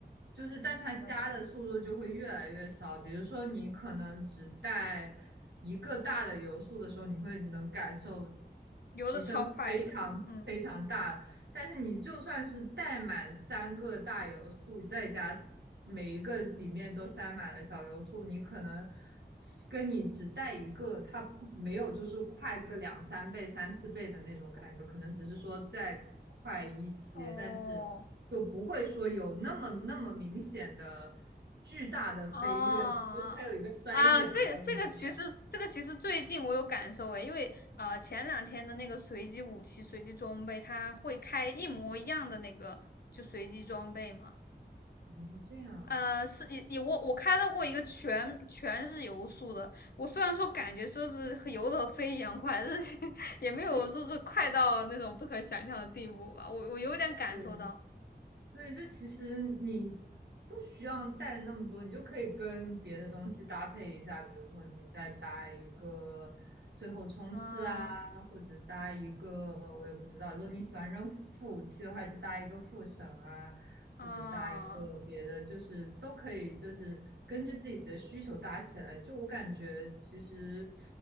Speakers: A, on the right; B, on the left.
A: 就是，但它加的速度就会越来越少。
B: 怎么说，
A: 比如说，你可能只带一个大的油速的时候，你会能感受
B: 游的超快的，
A: 提升非常非常大。
B: 嗯，
A: 但是你就算是带满三个大油素，再加每一个里面都塞满了小油素，你可能是跟你只带一个，它不没有就是快个两三倍、三四倍的那种感觉，可能只是说再快一些，
B: 哦。
A: 但是就不会说有那么那么明显的巨大的飞跃，
B: 哦，
A: 就是它有一个衰减在里面。
B: 啊，这个这个其实这个其实最近我有感受诶，因为呃前两天的那个随机武器、随机装备，它会开一模一样的那个就随机装备嘛。
A: 哦，这样，
B: 呃，是也也我我开到过一个全全是游速的，我虽然说感觉说是和游的飞一样快，但是 <laughs> 也没有说是快到那种不可想象的地步吧。我我有点感受到，
A: 对。对，就其实你不需要带那么多，你就可以跟别的东西搭配一下，比如说你再搭一个最后冲刺啊，
B: 啊
A: 或者搭一个我也不知道，如果你喜欢扔副副武器的话，就搭一个副神啊，
B: 啊，
A: 或者搭一个别的，就是都可以，就是根据自己的需求搭起来。就我感觉，其实